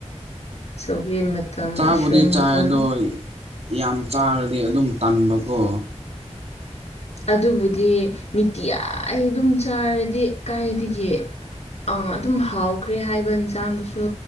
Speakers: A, on the left; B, on the right.
A: ꯁꯧꯒ꯭ꯔꯤ ꯃꯇꯝ
B: ꯆꯥꯕꯨꯗꯤ
A: ꯎꯁꯣꯏ
B: ꯆꯥꯏ
A: ꯃꯇꯝ
B: ꯑꯗꯣ ꯌꯥꯝ ꯆꯥꯔꯗꯤ ꯑꯗꯨꯝ ꯇꯟꯕꯀꯣ
A: ꯑꯗꯨꯕꯨꯗꯤ ꯅꯤꯇꯤꯌꯥ <unintelligible> ꯑꯗꯨꯝ ꯆꯥꯔꯗꯤ ꯀꯥꯏꯗꯒꯤ ꯑꯥ ꯑꯗꯨꯝ ꯍꯥꯎꯈ꯭ꯔꯦ ꯍꯥꯏꯕ ꯏꯟꯁꯥꯡꯗꯨꯁꯨ